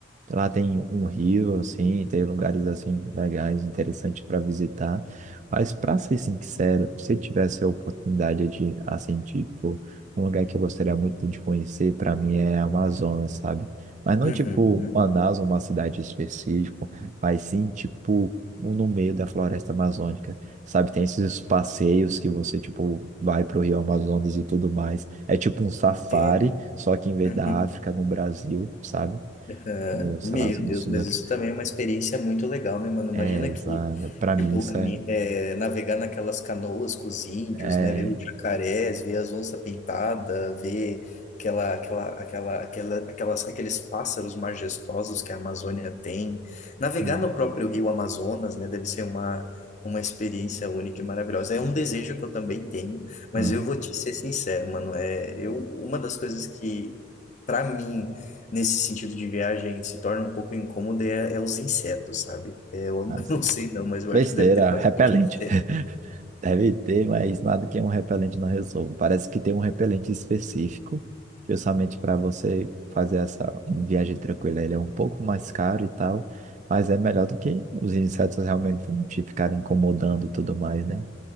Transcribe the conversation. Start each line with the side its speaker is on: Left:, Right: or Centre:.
Right: Lá tem um rio, assim, tem lugares, assim, legais, interessantes para visitar. Mas, para ser sincero, se tivesse a oportunidade de, assim, tipo, um lugar que eu gostaria muito de conhecer, para mim, é a Amazonas, sabe? Mas não,
Left: Uhum,
Right: tipo, Manaus, uma cidade específica, mas sim, tipo, no meio da floresta amazônica, sabe? Tem esses passeios que você, tipo, vai pro Rio Amazonas e tudo mais. É tipo um safari,
Left: entendo.
Right: só que em vez
Left: Uhum,
Right: da África, no Brasil, sabe?
Left: aham.
Right: no, sei
Left: Meu
Right: lá, no
Left: Deus,
Right: sul
Left: mas
Right: da França.
Left: isso também é uma experiência muito legal, né, mano?
Right: É,
Left: Imagina
Right: exato.
Left: que
Right: Pra
Left: Tipo,
Right: mim isso
Left: cami-
Right: é,
Left: é, navegar naquelas canoas com os índios,
Right: é
Left: né? Ver os jacarés, ver as onças pintadas, ver aquela, aquela, aquela, aquela, aquelas, aqueles pássaros majestosos que a Amazônia tem. Navegar
Right: hum,
Left: no próprio rio Amazonas, né? Deve ser uma, uma experiência única e maravilhosa. É um desejo que eu também tenho, mas
Right: aham,
Left: eu vou te ser sincero, mano. É, eu, uma das coisas que, para mim, nesse sentido de viagem se torna um pouco incômodo é, é os insetos, sabe? É, eu
Right: assim,
Left: <laughs> não sei não, mas eu
Right: besteira,
Left: acho que deve ter bastante
Right: repelente.
Left: inseto.
Right: <laughs> Deve ter, mas nada que um repelente não resolva. Parece que tem um repelente específico, justamente para você fazer essa viagem tranquila. Ele é um pouco mais caro e tal, mas é melhor do que os insetos realmente te ficarem incomodando e tudo mais, né?